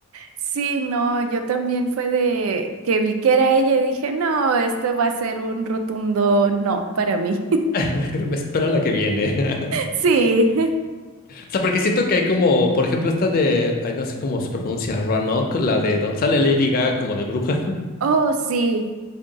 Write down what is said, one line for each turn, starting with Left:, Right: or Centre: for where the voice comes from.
Right: sí, no, yo también fue de que vi que era ella y dije, no, esto va a ser un rotundo no para mí. <laughs>
Left: <laughs> me espera la que viene. <laughs>
Right: Sí,
Left: O sea, porque siento que hay como, por ejemplo, esta de, ay, no sé cómo se pronuncia, Roanoke, la de donde sale Lady Gaga como de bruja.
Right: oh, sí,